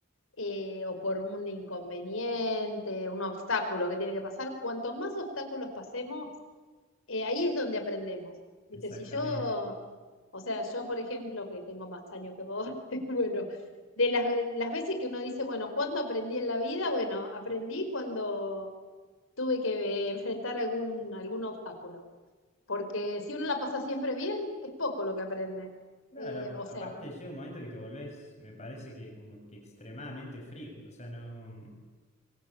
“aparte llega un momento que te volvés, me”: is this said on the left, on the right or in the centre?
Left